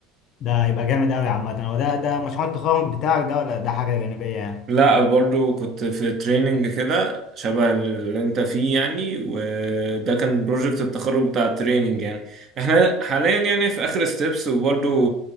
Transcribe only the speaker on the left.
ده هيبقى جامد قوي عامه هو ده ده مشروع التخرج بتاعك ده ولا ده حاجه جانبيه يعني